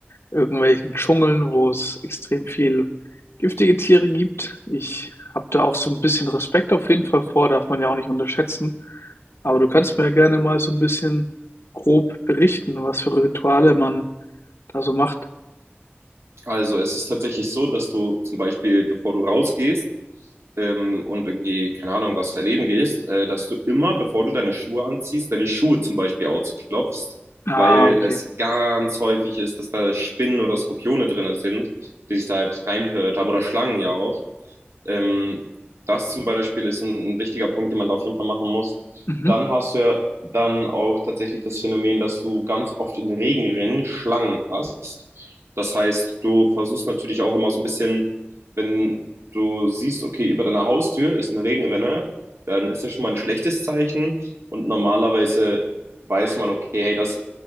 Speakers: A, on the left (about 75°); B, on the right (about 85°).
A: irgendwelchen Dschungeln, wo es extrem viel giftige Tiere gibt. Ich habe da auch so ein bisschen Respekt auf jeden Fall vor, darf man ja auch nicht unterschätzen. Aber du kannst mir ja gerne mal so ein bisschen grob berichten, was für Rituale man da so macht.
B: Also es ist tatsächlich so, dass du zum Beispiel, bevor du rausgehst ähm, und irgendwie, keine Ahnung, was erleben gehst, äh, dass du immer, bevor du deine Schuhe anziehst, deine Schuhe zum Beispiel ausklopfst,
A: Ah,
B: weil
A: okay.
B: es ganz häufig ist, dass da Spinnen oder Skorpione drin sind, die sich da halt reinhört haben oder Schlangen ja auch. Ähm, das zum Beispiel ist ein, ein wichtiger Punkt, den man da auf jeden Fall machen muss.
A: Mhm.
B: Dann hast du ja dann auch tatsächlich das Phänomen, dass du ganz oft in Regenrinnen Schlangen hast. Das heißt, du versuchst natürlich auch immer so ein bisschen, wenn du siehst, okay, über deiner Haustür ist eine Regenrinne, dann ist das schon mal ein schlechtes Zeichen. Und normalerweise weiß man, okay, hey, das